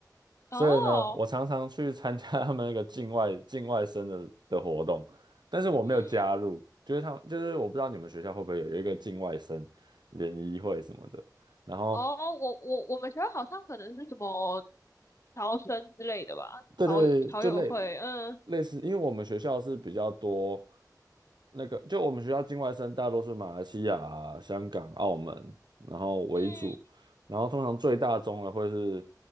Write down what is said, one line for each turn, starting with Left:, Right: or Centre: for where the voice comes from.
Left: 哦，
Right: 所以呢，我常常去参加 <laughs> 他们那个境外境外生的的活动，但是我没有加入，
Left: 嗯，
Right: 就是他们就是我不知道你们学校会不会有有一个境外生联谊会什么的，然后
Left: 哦，我我我们学校好像可能是什么侨生之类的吧，
Right: 对对，
Left: 侨侨友会，
Right: 就类
Left: 嗯
Right: 类似，因为我们学校是比较多那个，就我们学校境外生大多是马来西亚啊香港、澳门，然后为主，
Left: 嗯，
Right: 然后通常最大宗的会是